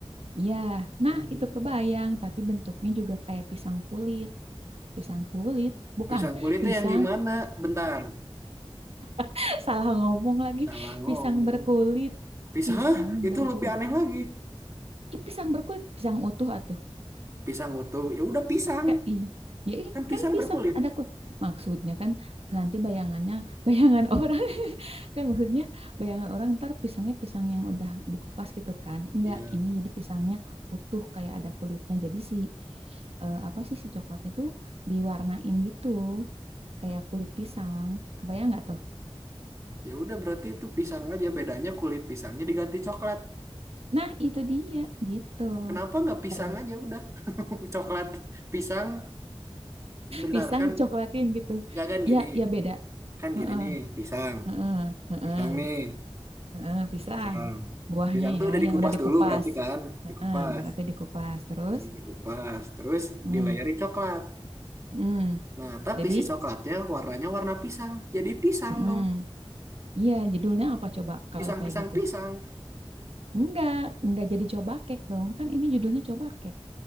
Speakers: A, on the right (about 75°); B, on the right (about 30°).
A: Iya,
B: Hmm.
A: nah itu kebayang, tapi bentuknya juga kayak pisang kulit. Pisang kulit, bukan
B: Pisang kulitnya
A: pisang,
B: yang gimana? Bentar,
A: <laughs> salah ngomong lagi.
B: salah ngomong.
A: Pisang berkulit,
B: Pisang,
A: pisang
B: hah? Itu
A: berkulit,
B: lebih aneh lagi.
A: Ih, pisang berkulit, pisang utuh atau
B: Pisang utuh, ya udah pisang,
A: KI. Ya ih,
B: kan pisang
A: kan pisang
B: berkulit.
A: ada ku. Maksudnya kan nanti bayangannya bayangan <laughs> orang kan maksudnya bayangan orang ntar pisangnya pisang yang udah dikupas gitu kan. Enggak,
B: Ya,
A: ini jadi pisangnya utuh kayak ada kulitnya. Jadi si eh, apa sih si coklatnya tuh diwarnain gitu kayak kulit pisang. Kebayang nggak tuh?
B: Ya udah berarti itu pisang aja bedanya kulit pisangnya diganti coklat.
A: Nah, itu dia gitu.
B: Kenapa nggak pisang
A: Dalam
B: aja udah <laughs> coklat pisang bentar
A: pisang
B: kan
A: dicoklatin gitu.
B: nggak kan gini
A: Ya, ya beda.
B: kan
A: Heeh,
B: gini nih pisang
A: heeh, heeh.
B: pisang nih
A: Heeh, pisang.
B: pisang
A: Buahnya
B: pisang tuh
A: ya,
B: udah dikupas
A: yang udah dikupas.
B: dulu berarti kan
A: Heeh,
B: dikupas
A: berarti dikupas terus.
B: pisang dikupas terus
A: Hmm.
B: dilayari coklat.
A: Hmm.
B: Nah tapi
A: Jadi,
B: si coklatnya warnanya warna pisang jadi pisang
A: hmm.
B: dong
A: Iya, judulnya apa coba kalau
B: pisang
A: kayak
B: pisang
A: gitu?
B: pisang.
A: Enggak, enggak jadi coba cake dong. Kan ini judulnya coba cake.